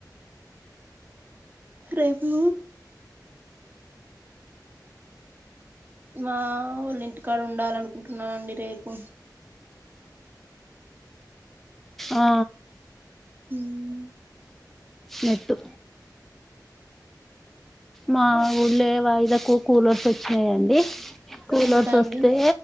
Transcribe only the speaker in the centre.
ఆ
నెట్టు మా ఊళ్ళే వాయిదకు కూలర్స్ వచ్చినాయండి కూలర్స్
వస్తే